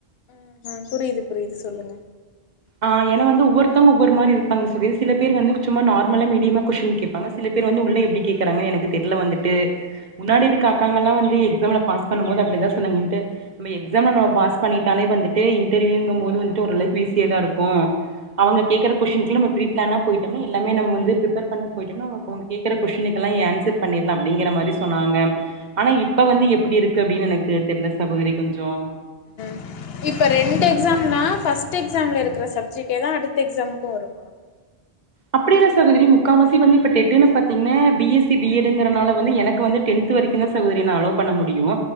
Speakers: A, on the left (about 75°); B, on the right (about 50°).
A: ஆ ஆ புரியுது புரியுது சொல்லுங்க
B: ஆ ஏன்னா வந்து ஒவ்வொருத்தங்க ஒவ்வொரு மாரி இருப்பாங்க செரியா சில பேர் வந்து சும்மா நார்மல்லா மீடியமா கொஸ்டின் கேப்பாங்க சில பேர் வந்து உள்ள எப்டி கேக்கறாங்க எனக்கு தெர்ல வந்துட்டு முன்னாடி இருக்க அக்காங்கல்லா
A: ம்ஹும்
B: வந்து எக்ஸாம்ல பாஸ் பண்ணும்போது அப்டிதா சொன்னாங்கன்ட்டு நம்ம எக்ஸாம்ல நம்ம பாஸ் பண்ணிட்டாலே வந்துட்டு இன்டர்வியூங்கும் போது வந்துட்டு ஓரளவுக்கு ஈசியா தா இருக்கு அவங்க கேக்கற கொஷ்டின்ஸூ நம்ம ப்ரீ பிளானா போயிட்டோம்னா எல்லாமே நம்ம வந்து ஃபிரிப்பர் பண்ணிட்டு போயிட்டோம்னா அவங்க கேக்குற கொஷ்டினுக்கெல்லா ஏ ஆன்சர் பண்ணிர்லா அப்டிங்கிற மாரி சொன்னாங்க ஆனா இப்ப வந்து
A: ம்ஹும்
B: எப்டி இருக்கு அப்டின்னு எனக்கு தெர்ல சகோதரி கொஞ்சோ
A: ம்ஹும் இப்ப ரெண்டு எக்ஸாம்னா ஃபர்ஸ்ட் எக்ஸாம்ல இருக்குற சப்ஜெக்டே தா அடுத்த எக்ஸாமுக்கு வரு
B: அப்டியில்ல சகோதரி முக்காவாசி வந்து இப்ப டெட் ன்னு பாத்தீங்கன்ன B S C B Ed டு கறனால வந்து எனக்கு வந்து டென்த்து வரைக்கு தா சகோதிரி என்ன அலோ பண்ண முடியு